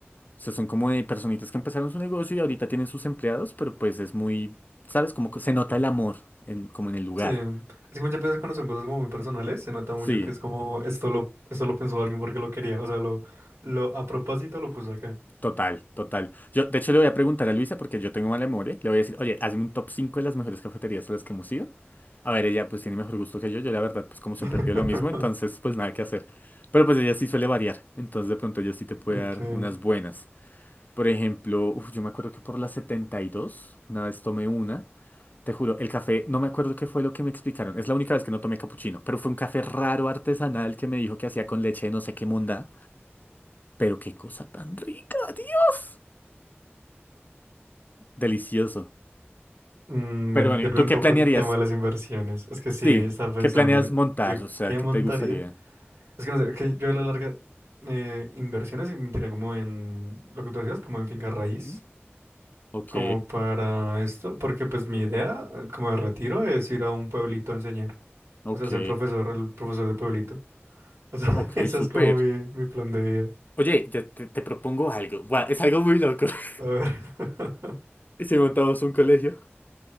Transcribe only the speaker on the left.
o sea, son como de personitas que empezaron su negocio y ahorita tienen sus empleados, pero pues es muy, ¿sabes? Como que se nota el amor en- como en el lugar.
Sí.
Total, total. Yo, de hecho, le voy a preguntar a Luisa, porque yo tengo mala memoria. Le voy a decir, oye, hazme un top 5 de las mejores cafeterías a las que hemos ido. A ver, ella pues tiene mejor gusto que yo. Yo, la verdad, pues como siempre
pido lo mismo, entonces pues nada que hacer. Pero pues ella sí suele variar. Entonces, de pronto ella sí te puede
dar unas buenas. Por ejemplo, uf, yo me acuerdo que por la 72 una vez tomé una. Te juro, el café, no me acuerdo qué fue lo que me explicaron. Es la única vez que no tomé capuchino, pero fue un café raro artesanal que me dijo que hacía con leche de no sé qué monda. Pero qué cosa tan rica, Dios. Delicioso.
Pero
bueno,
¿y tú
qué
planearías?
Sí,
¿qué planeas montar?
O sea,
¿qué
te gustaría?
¿Mm? Ok,
ok,
ok,
súper.
Oye, ya te, te propongo algo. Buah, es algo muy loco. <laughs>
Si montamos un colegio.